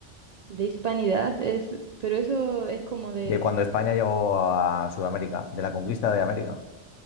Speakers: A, on the right (about 65°); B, on the left (about 80°).
A: De hispanidad es, pero eso es como de,
B: De cuando España llegó a Sudamérica, de la conquista de América.